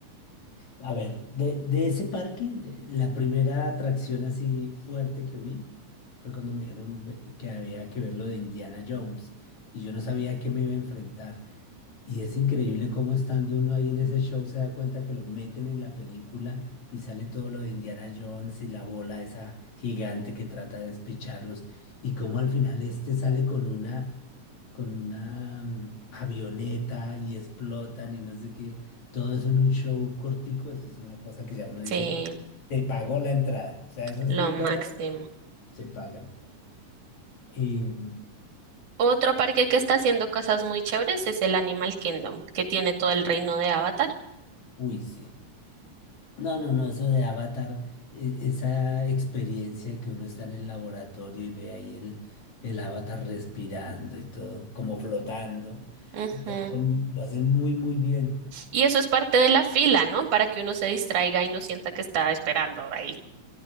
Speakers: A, on the left; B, on the right.
A: A ver, de, de ese parque, de- la primera atracción así fuerte que vi fue cuando me dijeron ve- que había que ver lo de Indiana Jones y yo no sabía a qué me iba a enfrentar. Y es increíble cómo estando uno ahí en ese show se da cuenta que lo meten en la película y sale todo lo de Indiana Jones y la bola esa gigante que trata de despicharlos y cómo al final este sale con una con una mm, avioneta y explotan y no sé qué. Todo eso en un show cortico, eso es una cosa que ya uno dice,
B: Sí,
A: se pagó la entrada. O sea, esos
B: lo
A: 100
B: máximo.
A: dólares se pagan. Y,
B: Otro parque que está haciendo cosas muy chéveres es el Animal Kingdom, que tiene todo el reino de Avatar.
A: uy, sí. No, no, no, eso de Avatar, e- esa experiencia que uno está en el laboratorio y ve ahí el, el Avatar respirando y todo, como flotando,
B: Ujú.
A: y lo, hacen mu- lo hacen muy, muy bien.
B: Y eso es parte de la fila, ¿no? Para que uno se distraiga y no sienta que está esperando ahí.